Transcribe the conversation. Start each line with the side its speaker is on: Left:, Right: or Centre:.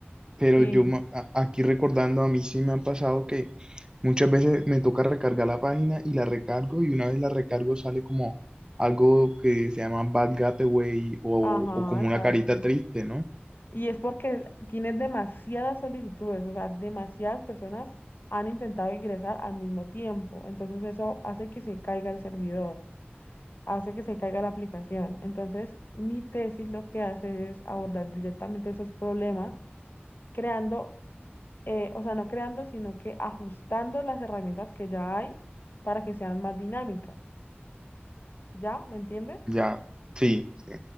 Right: Pero
Left: Sí,
Right: yo ma- a- aquí recordando, a mí sí me ha pasado que muchas veces me toca recargar la página y la recargo y una vez la recargo sale como algo que se llama Bad Gateway o,
Left: ajá,
Right: o como
Left: exacto.
Right: una carita triste, ¿no?
Left: Y es porque tienes demasiadas solicitudes, o sea, demasiadas personas han intentado ingresar al mismo tiempo. Entonces eso hace que se caiga el servidor, hace que se caiga la aplicación. Entonces mi tesis lo que hace es abordar directamente esos problemas, creando, eh, o sea, no creando, sino que ajustando las herramientas que ya hay para que sean más dinámicas. ¿Ya? ¿Me entiendes?
Right: Ya, sí, sí.